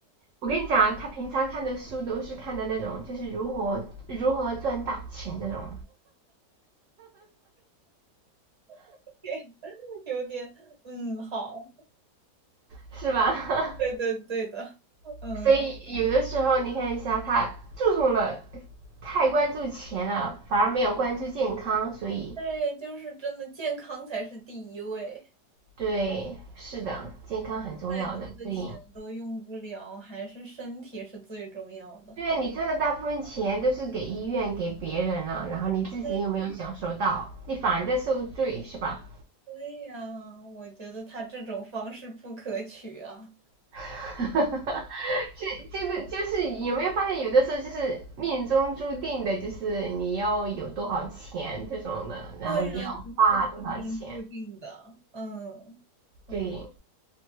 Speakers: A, on the right; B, on the right.
A: 我跟你讲啊，他平常看的书都是看的那种，就是如何如何赚大钱那种，
B: <laughs> 有点，嗯，好，
A: 是吧？
B: 对对对的，
A: <laughs>
B: 嗯，
A: 所以有的时候你看一下，他注重了太关注钱了，反而没有关注健康，所以
B: 对，就是真的健康才是第一位，
A: 对，是的，健康很重要的，
B: 再多的钱都用不了，
A: 所以
B: 还是身体是最重要的。
A: 对你赚的大部分钱都是给医院、给别人了，然后你自己又没有享受到，
B: 对
A: 你反而在受罪，是吧？
B: 对呀，我觉得他这种方式不可取啊。
A: <laughs> 是，就是就是有没有发现，有的时候就是命中注定的，就是你要有多少钱这种的，然后你要花多少钱，
B: 对啊，不是命中注定的，嗯，没
A: 对，